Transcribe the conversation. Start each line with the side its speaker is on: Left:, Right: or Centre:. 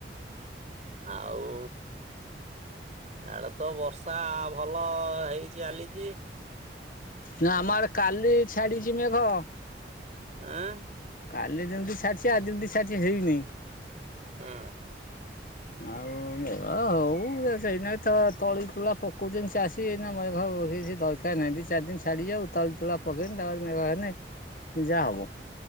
Right: ଆଉ ଆଡେ ତ ବର୍ଷା ଭଲ ହେଇ ଚାଲିଚ
Left: ନା ଆମର କାଲି ଛାଡିଛି ମେଘ
Right: ହଁ
Left: କାଲି ଯେମିତି ଛାଡିଛି ଆଉ ଯେମିତି ସାରିଛି ହେଇନି
Right: ହଁ
Left: ହ ଆଉ ମଘ ହଉ ସେଇନା ଏ ତଳି ତୁଳା ପକଉଛନ୍ତି ଚାଷୀ ଏନା ମ କିଛି ଦରକାରହିଁ ଦି ଚାରି ଦିନ ଛାଡି ଯାଉ ତାୁ ତୁ ପକେଇନି ତାଁ ଯାହା ହବ